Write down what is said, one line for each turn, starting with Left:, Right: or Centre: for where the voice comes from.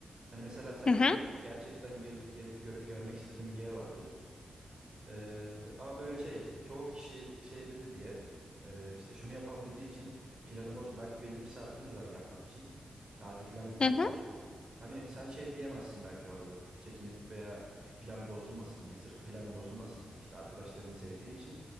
Right: Hani mesela senin
Left: hı hı,
Right: gerçekten göz, geri- görü- görmek istediğin bir yer vardır. Eee, ama böyle şey çoğu kişi şey dedi diye eee, işte şunu yapalım dediği için planı bozma. Belki belli bir saatiniz var yapmak için. Tatil falan bitecek
Left: hı hı.
Right: belki. Hani sen şey diyemezsin belki orada. Çekinip veya plan bozulmasın diye. Sırf plan bozulmasın diye işte arkadaşlarını sevdiğin için.